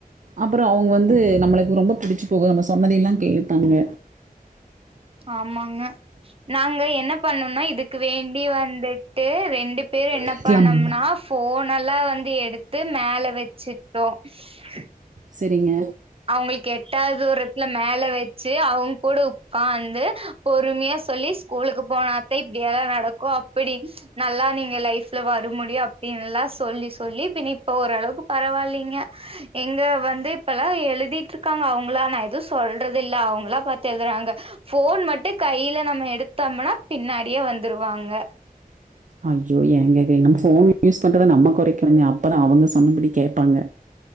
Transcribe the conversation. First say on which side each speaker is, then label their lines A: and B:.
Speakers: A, on the right; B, on the right.
A: அப்றோ அவுங்க வந்து நம்மளுக்கு ரொம்ப புடிச்சி போகு நம்ம சொன்னதெல்லா கேப்பாங்க
B: ஆமாங்க நாங்க என்ன பண்ணுனா இதுக்கு வேண்டி வந்துட்டு ரெண்டு பேர் என்ன
A: வைக்கலாம்ல
B: பண்ணம்னா ஃபோன எல்லா வந்து எடுத்து மேல வச்சுட்டோ ஸ்சு
A: செரிங்க
B: அவுங்களுக்கு எட்டாது தூரத்துல மேல வச்சு அவுங்க கூட உக்காத்து பொறுமையா சொல்லி ஸ்கூலுக்கு போனாத்த இப்டியெல்லா நடக்கு அப்டி நல்லா நீங்க லைஃப்ல வர முடியு அப்டின்னு எல்லா சொல்லி சொல்லி பின்ன இப்ப ஓரளவுக்கு பரவால்லைங்க எங்க வந்து இப்பல்லா எழுதிட்டு இருக்காங்க அவுங்களா நா எதுவு சொல்றது இல்ல அவுங்களா பாத்து எழுதுறாங்க ஃபோன் மட்டு கையில நம்ம எடுத்தோம்னா பின்னாடியே வந்துருவாங்க
A: ஐயோ எங்கேக்குறிங் நம்ம ஃபோன் யூஸ் பண்றத நம்ம குறைக்கணுங்க அப்பதா அவுங்க சொன்னபடி கேட்பாங்க